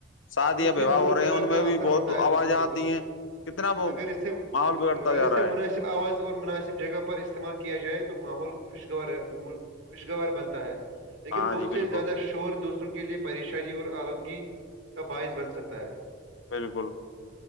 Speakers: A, on the left (about 80°); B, on the right (about 80°).
A: شادی
B: منفی
A: یا وواہ
B: دونوں
A: ہو رہے
B: طرح
A: ہیں ان
B: کا
A: میں بھی
B: اثر ہوتا
A: بہت
B: ہے بالکل
A: آوازیں
B: بالکل
A: آتی ہیں کتنا وہ
B: اگر اس سے
A: ماحول
B: بالکل
A: بگڑتا
B: اگر
A: جا
B: اسے
A: رہا
B: مناسب
A: ہے
B: آواز اور مناسب جگہ پر استعمال کیا جائے تو ماحول خوشگوار رہے خوشگوار بنتا ہے لیکن
A: ہاں
B: بہت
A: جی بالکل
B: سے زیادہ شور دوسروں کے لئے پریشانی اور آلودگی کا باعث بن سکتا ہے
A: بالکل